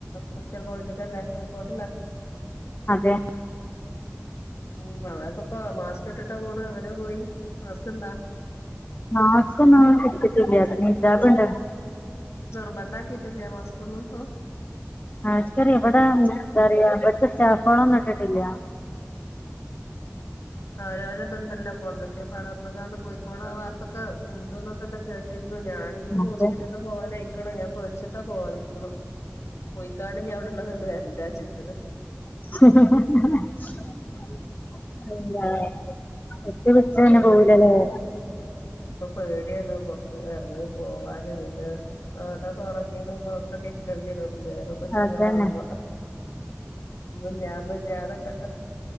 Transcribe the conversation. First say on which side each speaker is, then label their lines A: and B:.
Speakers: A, on the left; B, on the left.
A: മെഡിക്കൽ കോളേജിലാ കോയിക്കോട്ട്ലാ
B: അതെ
A: ഉ അവിടെക്കെപ്പ മാസ്ക് ഇട്ടിട്ടാ പോണ് അങ്ങനെ പോയി മാസ്ക് ഇണ്ടാ
B: മസ്കെന്നും എടുത്തിട്ടില്ല ഇജാബ്ഉണ്ട്
A: നിർബന്ധംമാകീട്ട് മാസ്ക്കൊന്നും പോ
B: ആർക്കറിയാ ഇവിടെ എന്താറിയ ഇവിടത്തെ സ്റ്റാഫോളൊന്നും ഇട്ടിട്ടില്ല
A: ഓരോര ഇതുണ്ടല്ലോ അപ്പൊന്തൊക്കെ പടർന്ന് കാണ്ട് കോഴിക്കോട് ആ വാകത്തൊക്കെ ഉണ്ടന്നൊക്കെ കേട്ടിരുന്നു ഞാനി
B: അതെ
A: ഹോസ്പിറ്റല പോവാനായിക്കന് ഞാൻ പേടിച്ചിട്ടാ പോവാതിരിക്കന് പോയികാണ്ട് അവിടെഉള്ളത് ഇങ്ങട്ട് വരണ്ടാച്ചിട്ട്
B: <unintelligible> <unintelligible>
A: പേടിയാണ് ഇപ്പൊ പേടിയാണ് പുറത്ത് ഇറങ്ങി പോവാന് പിന്നെ അതാ ക്വാറന്റീന് <unintelligible> ഇരിക്കേണ്ടി വരും ലെ പ്രശ്നങ്ങളാവുമ്പോ
B: അതന്നെ
A: ഒന്നൂല്യ ഒന്നൂല്യതിരിക്കട്ടെ